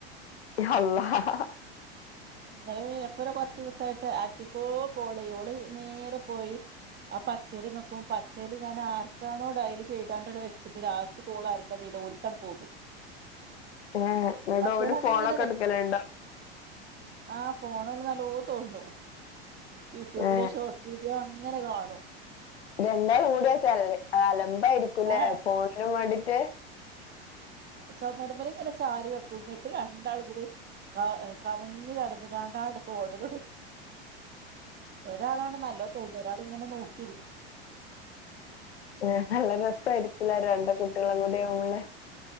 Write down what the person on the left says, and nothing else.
അല്ലാഹ്
ഏ ന്നട്ട്
ഓല്
ഫോണൊക്കെ എടുക്കലണ്ടോ
ഏ
രണ്ടാളും കൂടിയ തല്ലേ അലമ്പ ആരിക്കൂല്ലേ
ഫോണിനും വേണ്ടിട്ട്
<inaudible>
ഏ നല്ല രസയിരിക്കില്ലാ രണ്ട് കുട്ടികളും കൂടി ആവുമ്പോൾ